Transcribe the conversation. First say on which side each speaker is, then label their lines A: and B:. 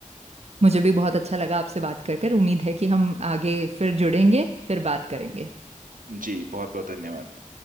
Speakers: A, on the right; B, on the right.
A: मुझे भी बहुत अच्छा लगा आपसे बात कर कर उम्मीद है कि हम आगे फिर जुड़ेंगे फिर बात करेंगे
B: जी बहुत बहुत धन्यवाद